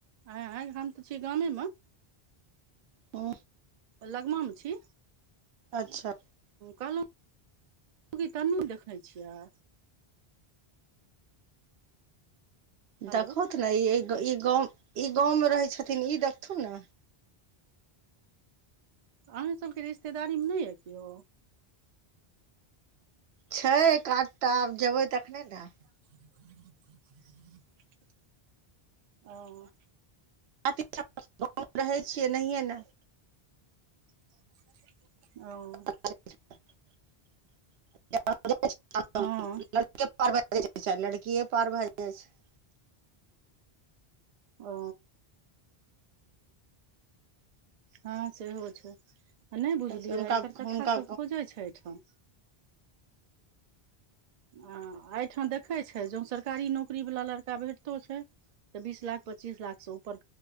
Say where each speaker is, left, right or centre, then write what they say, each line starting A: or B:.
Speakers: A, on the right (about 55°); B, on the right (about 80°).
A: आँय हम तऽ छी गामेमे
B: हु
A: लगमामे छी
B: अच्छा
A: कहलहुँ तन्नू देखने छियै हेलो
B: देखहौथ ने ई ई गाँव ई गाँवमे रहै छथिन ई देखथुन न
A: अहाँसभके रिश्तेदारीमे नहि यऽ केओ
B: छै एक आधटा जेबै तखने न
A: <unintelligible>
B: गाँममे रहै छियै नहिए ने
A: <unintelligible>
B: <unintelligible> पार भए जा छै लड़कि
A: हँ
B: पार भए जाइ छै
A: ओ हँ सेहो छै आ नहि बुझलियै
B: छै हुनका
A: एकर
B: हुनका
A: कथा सभ खोजै छै एहिठाम आ एहिठाम देखै छै जौ सरकारी नौकरी वाला लड़का भेटतो छै तऽ बीस लाख पच्चीस लाखसँ ऊपर